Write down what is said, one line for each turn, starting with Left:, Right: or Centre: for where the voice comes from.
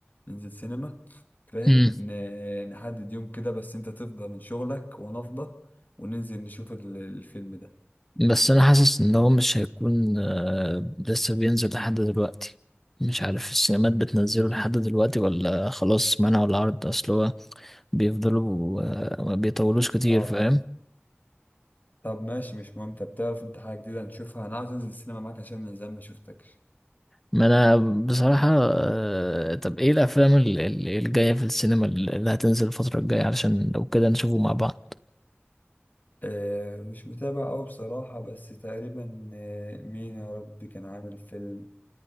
Left: ننزل سينما فاهم
Centre: امم
Left: ن... نحدد يوم كده بس انت تفضى من شغلك وانا افضى وننزل نشوف ال- الفيلم ده
Centre: بس انا حاسس ان هو مش هيكون آه، لسه بينزل لحد دلوقتي مش عارف السينمات بتنزله لحد دلوقتي ولا خلاص منعوا العرض اصل هو بيفضلوا آه، ما بيطولوش كتير
Left: اه
Centre: فاهم
Left: طب ماشي مش مهم طب تعرف انت حاجة جديدة نشوفها انا عاوز انزل السينما معاك عشان من زمان ما شفتكش
Centre: ما انا بصراحة آه، طب ايه الافلام ال- ال- الجاية في السينما اللي هتنزل الفترة الجاية علشان لو كده نشوفه مع بعض
Left: آه مش متابع أوي بصراحة بس تقريبا آه مين يا ربي كان عامل فيلم